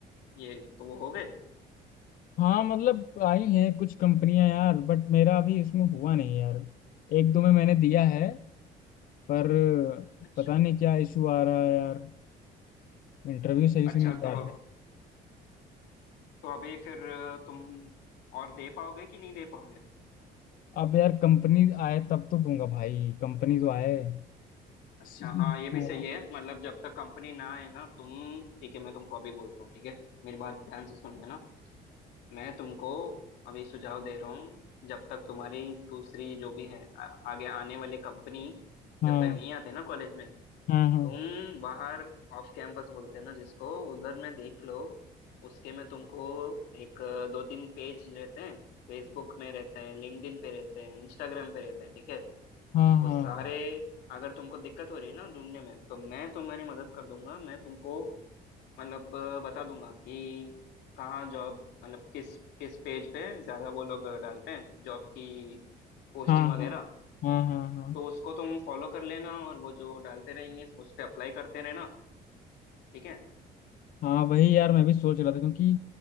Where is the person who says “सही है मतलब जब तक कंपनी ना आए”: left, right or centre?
Left